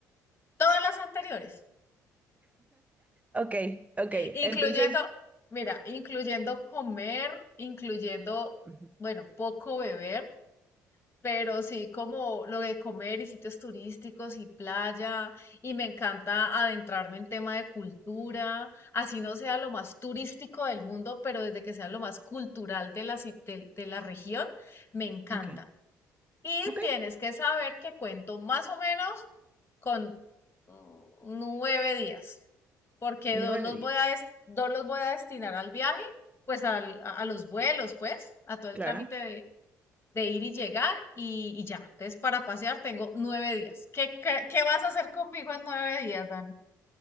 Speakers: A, on the left (about 30°); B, on the right (about 15°).
A: Todas las anteriores.
B: Ok, ok,
A: Incluyendo,
B: entonces...
A: mira, incluyendo comer, incluyendo,
B: ujú,
A: bueno, poco beber, pero sí como lo de comer y sitios turísticos y playa, y me encanta adentrarme en tema de cultura, así no sea lo más turístico del mundo, pero desde que sea lo más cultural de la, ci- de de la región, me encanta.
B: Ok,
A: Y
B: ok,
A: tienes que saber que cuento más o menos con mm, nueve días, porque
B: nueve
A: dos los
B: días.
A: voy a, des- dos los voy a destinar al viaje, pues al- a, a los vuelos, pues, a todo el
B: Claro.
A: trámite de, de ir y llegar y, y ya. Entonces, para pasear tengo nueve días. ¿Qué, cre- qué vas a hacer conmigo en nueve días, Dani?